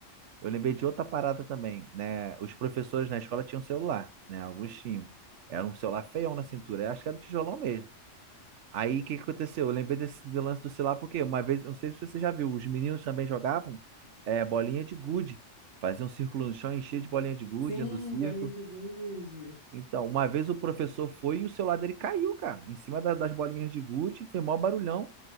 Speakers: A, on the right; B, on the left.
A: Eu lembrei de outra parada também, né? Os professores na escola tinham celular, né? Alguns tinham. Era um celular feião na cintura, eu acho que era o tijolão mesmo. Aí o que que aconteceu? Eu lembrei desse do lance do celular porque uma vez, eu não sei se você já viu, os meninos também jogavam é, bolinha de gude. Faziam um círculo no chão, enchia de bolinha de gude
B: Sim,
A: dentro do círculo.
B: bolinha de gude.
A: Então, uma vez o professor foi e o celular dele caiu, cara, em cima da- das bolinhas de gude, fez maior barulhão